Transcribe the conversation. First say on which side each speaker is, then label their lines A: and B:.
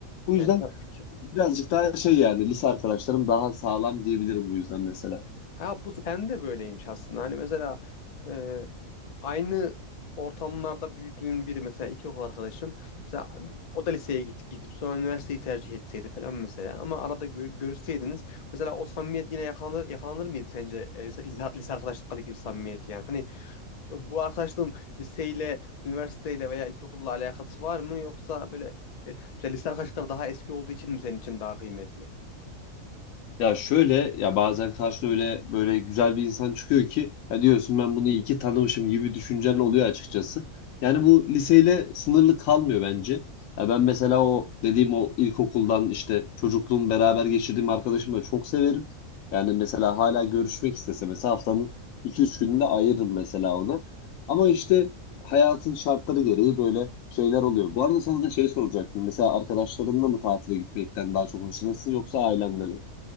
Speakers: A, on the left; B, on the left.
A: Bu yüzden
B: Evet, tabii ki.
A: birazcık daha şey yani lise arkadaşlarım daha sağlam diyebilirim bu yüzden mesela.
B: Ha bu sen de böyleymiş aslında. Hani mesela e, aynı ortamlarda büyüdüğün biri mesela ilkokul arkadaşın mesela o da liseye git, gidip sonra üniversiteyi tercih etseydi falan mesela ama arada gör, görüşseydiniz mesela o samimiyet yine yakalanır yakalanır mıydı sence E, lise, lise arkadaşlıkları gibi samimiyet yani? Hani e, bu arkadaşlığın liseyle, üniversiteyle veya ilkokulla alakası var mı yoksa böyle e, mesela lise arkadaşlıkları daha eski olduğu için mi senin için daha kıymetli?
A: Ya şöyle ya bazen karşına öyle böyle güzel bir insan çıkıyor ki ya diyorsun ben bunu iyi ki tanımışım gibi düşüncen oluyor açıkçası. Yani bu liseyle sınırlı kalmıyor bence. Ya ben mesela o dediğim o ilkokuldan işte çocukluğum beraber geçirdiğim arkadaşımı da çok severim. Yani mesela hala görüşmek istese mesela haftanın iki üç gününde ayırırım mesela ona. Ama işte hayatın şartları gereği böyle şeyler oluyor. Bu arada sana da şey soracaktım. Mesela arkadaşlarınla mı tatile gitmekten daha çok hoşlanırsın yoksa ailenle mi?